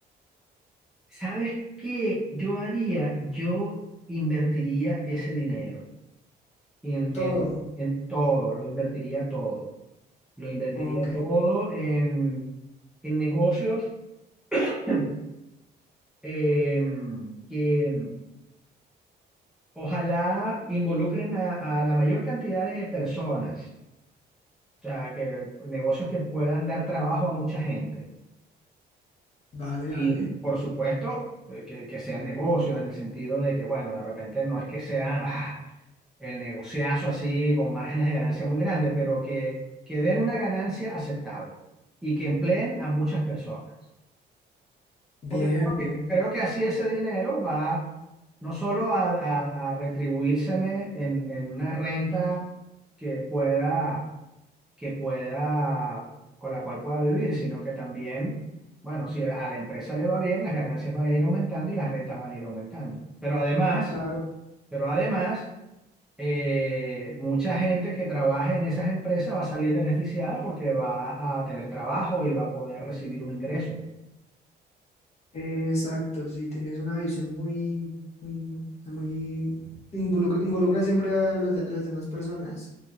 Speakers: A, in the centre; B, on the left.
A: ¿Sabes qué yo haría? Yo invertiría ese dinero en,
B: Todo.
A: en, en todo, lo invertiría todo. Lo invertiría
B: Ok.
A: todo en, en negocios <clears throat> em, que ojalá involucren a, a la mayor cantidad de personas. O sea, que negocios que puedan dar trabajo a mucha gente.
B: Vale,
A: Y
B: vale.
A: por supuesto, eh, que, que sean negocios en el sentido de que, bueno, de repente no es que sea ah, el negociazo así con márgenes de ganancia muy grandes, pero que, que den una ganancia aceptable y que empleen a muchas personas.
B: Bien,
A: Porque creo
B: bien.
A: que, creo que así ese dinero va no solo a, a, a retribuírseme en, en una renta que pueda que pueda, con la cual pueda vivir, sino que también, bueno, si a la empresa le va bien, las ganancias van a ir aumentando y las rentas van a ir aumentando. Pero además,
B: Claro.
A: pero además, eh, mucha gente que trabaje en esas empresas va a salir beneficiada porque va a tener trabajo y va a poder recibir un ingreso.
B: Exacto, sí, tienes una visión muy, muy, o sea, muy involucra, involucra siempre a, los de- a las demás personas.